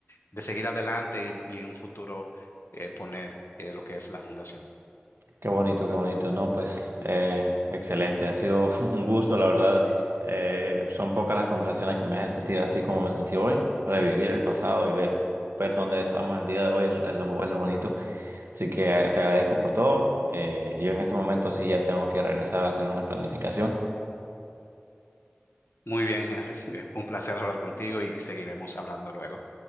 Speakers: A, on the left; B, on the right.
A: de seguir adelante y, y en un futuro eh, poner eh, lo que es la fundación.
B: Qué bonito, qué bonito. No, pues eh, excelente. Ha sido <laughs> un gusto, la verdad. Eh, son pocas las conversaciones que me hacen sentir así como me sentí hoy. Revivir el pasado y ver, ver dónde estamos el día de hoy es, es lo, es lo bonito. Así que eh, te agradezco por todo. Eh, yo en ese momento sí ya tengo que regresar a hacer una planificación.
A: Muy bien, Henry, <laughs> fue un placer hablar contigo y seguiremos hablando luego.